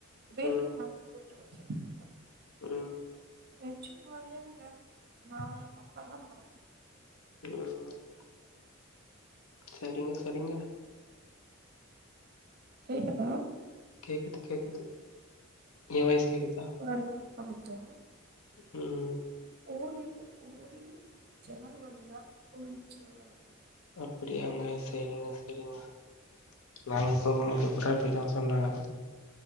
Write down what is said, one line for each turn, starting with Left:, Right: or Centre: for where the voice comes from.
Right: வேலி
Left: ம்.
Right: மாரி பொட்டு வச்சே பா
Left: ம்.
Right: நெஜமாலயேங்க நா எங்க அப்பாலா பாத்தோ
Left: ஆஹ <unintelligible> செரிங்க செரிங்க
Right: கேக்குதா
Left: கேக்குது கேக்குது என் வாய்ஸ் கேக்குதா
Right: வரலான் பாத்த
Left: ம்
Right: ஓடி ஓடி ஜன்னல் வழியா போய்ருச்சு அது
Left: அப்டியாங்க செரிங்க செரிங்க நாங்க போம்போது கூட அப்டிதா சொன்னாங்க